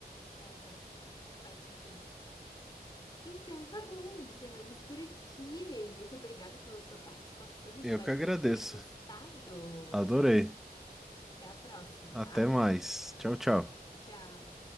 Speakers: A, on the left; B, in the centre.
A: Aham, Faz sentido. Então, tá bom, encerramos por aqui. Muito obrigada pela sua participação. Espero
B: Eu que agradeço.
A: que você tenha gostado.
B: Adorei.
A: Até a próxima,
B: Até
A: tá?
B: mais. Tchau, tchau.
A: Tchau.